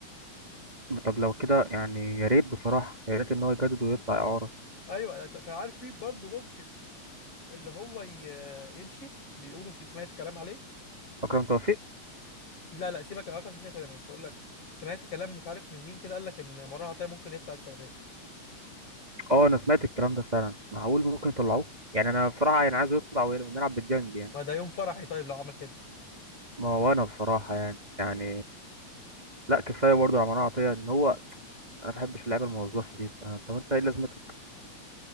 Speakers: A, on the right; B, on the left.
A: طب لو كده يعني يا ريت بصراحه يا ريت ان هو يجدد ويطلع اعاره
B: ايوه لا، كان عارف مين برضو ممكن اللي هو ي... يمشي بيقولوا في سمعت كلام عليه
A: اكرم توفيق
B: لا لا سيبك يا اكرم من كده كده ماشي يقول لك سمعت كلام مش عارف من مين كده قال لك ان مروان عطية ممكن يطلع السعودية
A: اه انا سمعت الكلام ده فعلا معقول ممكن يطلعوه يعني انا بصراحه يعني عايز يطلع وي- ونلعب بالديانج يعني
B: ما ده يوم فرحي طيب لو عمل كده
A: ما هو انا بصراحه يعني يعني لا كفايه برضه على عطيه ان هو انا ما بحبش اللعيبه الموظفه دي طب طب انت ايه لازمتك